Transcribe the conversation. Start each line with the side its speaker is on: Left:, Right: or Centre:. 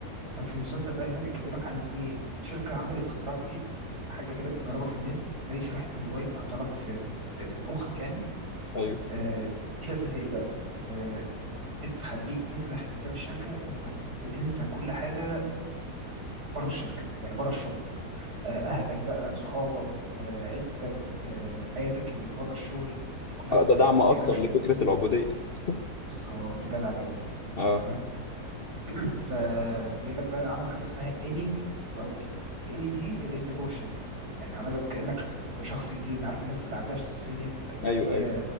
Right: ففي المسلسل بقى هنا بيكلمك عن ايه شركه عملت اختراع جديد حاجه كده بتجربها في الناس زي شريحه الموبايل بيحطها لك في في فخك يعني
Left: ايوه
Right: آه، دي لازمتها ايه بقى آه، بتخليك وانت داخل من باب الشركه انت بتنسى كل حاجه بره الشركه يعني بره الشغل آه، اهلك بقى صحابك آه، عيلتك آه، حياتك اللي بره الشغل دي كلها
Left: آه،
Right: بتنساها
Left: ده دعم اكتر
Right: كانها مش
Left: لفكرة
Right: موجوده
Left: العبودية <laughs>
Right: بالظبط جدع جدا
Left: اه
Right: تمام <clears throat> فبيقول لك بقى عملوا حاجه اسمها اني واوتي الاني دي اللي انت جوه الشركه يعني عملك كانك ش- انت شخصيتين عارف الناس اللي عندها شيزوفرينيا او الناس
Left: ايوه
Right: اللي هي
Left: ايوه